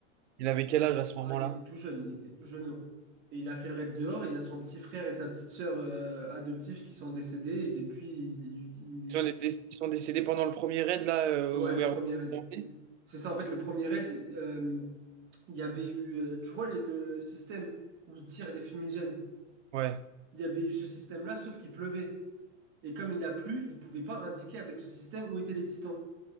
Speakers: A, on the right; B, on the right.
A: Il avait quel âge à ce
B: Ah,
A: moment-là?
B: il était tout jeune, il était tout jeune. Et il a fait le raid dehors, et il y a son petit frère et sa petite sœur euh, adoptifs qui sont décédés, et depuis, il, il-
A: Ils sont, dé- ils sont décédés pendant le premier raid, là, euh,
B: ouais,
A: où
B: premier
A: Erwan
B: raid.
A: est emmené
B: C'est ça, en fait, le premier raid, euh, il y avait eu, euh, tu vois, les- le système où il tire des fumigènes,
A: Ouais,
B: il y avait eu ce système-là, sauf qu'il pleuvait. Et comme il a plu, il pouvait pas indiquer avec ce système où étaient les titans.